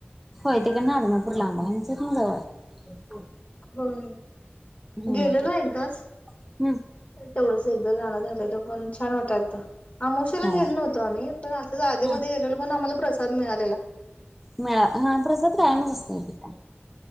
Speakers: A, in the centre; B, on the left.
A: होय तिकड हधर्मापूर लांबा यांचच नाजवळ
B: बम
A: हम्म
B: गेल ना एकदाच
A: हम्म
B: तेवढंच एकदा जाणं झालेल पण छान वाटाल तर आमवशला
A: होय
B: गेलं नव्हतं आम्ही पण असं जाधेमध्ये
A: हा
B: गेलेलो पण आम्हाला प्रसाद मिळालेला
A: मळा हा प्रसाद प्राम असस्त तिट